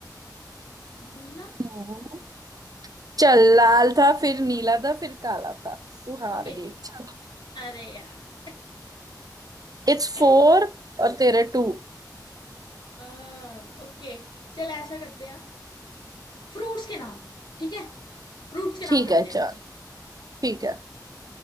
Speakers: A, on the left; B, on the right.
A: नीला
B: हम्म। चल लाल था फिर नीला था फिर काला था तू हार
A: ओके
B: गई चल
A: अरे यार
B: इट्स
A: <laughs>
B: फोर और तेरे टू
A: अ, ओके चल ऐसा करते हैं फ्रूट्स के नाम ठीक है फ्रूट्स के नाम
B: ठीक
A: करते
B: है चल
A: हैं
B: ठीक है